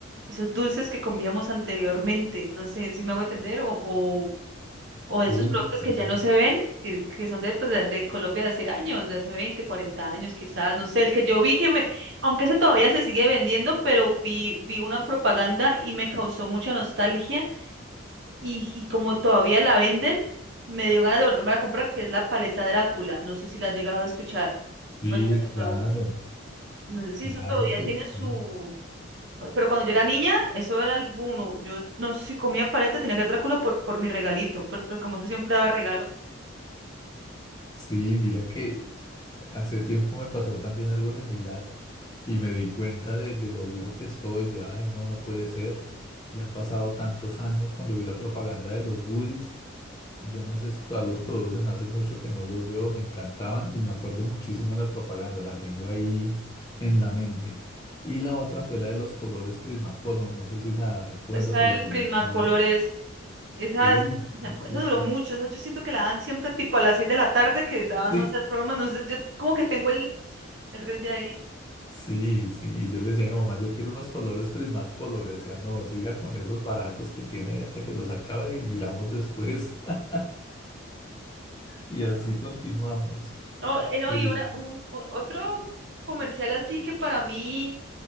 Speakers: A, on the right; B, on the left.
A: esos dulces que comíamos anteriormente. No sé si me hago entender o, o de
B: Uy,
A: esos productos
B: sí,
A: que ya no se ven, que, que son de, pues, de, de Colombia de hace años, de hace 20 40 años quizás, no sé, el que yo vi que me, aunque ese todavía se sigue vendiendo, pero vi, vi una propaganda y me causó mucha nostalgia y, y como todavía la venden, me dio ganas de volverme a comprar, que es la paleta Drácula, no sé si la has llegado a escuchar.
B: sí,
A: o
B: claro,
A: no sé si
B: claro
A: eso todavía
B: que
A: tiene su...
B: sí.
A: Pero cuando yo era niña, eso era el boom. Yo no sé si comía paleta, tenía que ser Drácula por, por mi regalito, por- por- como eso siempre daba regalo.
B: Sí, mira que hace tiempo me pasó también algo similar y me di cuenta de, de lo viejo que estoy. Yo, ay, no, no puede ser. Ya han pasado tantos años cuando vi la propaganda de los goodies y yo no sé si todavía los producen, hace mucho que no los veo, me encantaban y me acuerdo muchísimo de la propaganda, la tengo ahí en la mente. Y la otra fue la de los colores Prismacolor, no sé si la recuerdas
A: está
B: o la
A: el
B: llegaste
A: Prismacolor,
B: a ver.
A: es, esa,
B: Uy,
A: es-
B: sí,
A: esa duró mucho,
B: <laughs>
A: esa yo siento que la dan siempre tipo a las 6 de la tarde, que daban,
B: Sí.
A: no sé, programas, no sé, yo como que tengo el, el red de ahí.
B: sí, sí. Y yo le decía a mi mamá, yo quiero unos colores Prismacolor. Le decía, no, siga con esos baratos que tiene ahí hasta que los acabe y miramos después. <laughs> Y
A: No,
B: así
A: no.
B: continuamos.
A: No, eh, no,
B: Pero-
A: y una, un, o- otro comercial así que para mí,